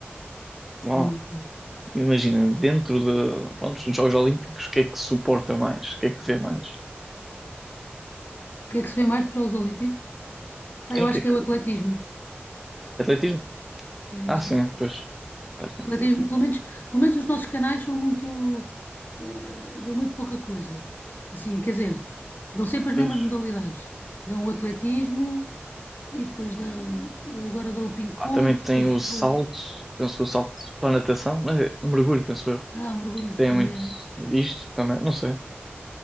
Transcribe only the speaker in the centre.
Bom.
Imagina, dentro de, pronto, dos Jogos Olímpicos, o que é que suporta mais? O que é que vê mais?
Sim,
o que
é que.
Atletismo?
Ah,
sim,
pois. Faz sentido.
Pois.
Ah, também
tem o
salto, penso o salto para a natação, mas é mergulho, penso eu.
Que tem
muito
isto também, não sei.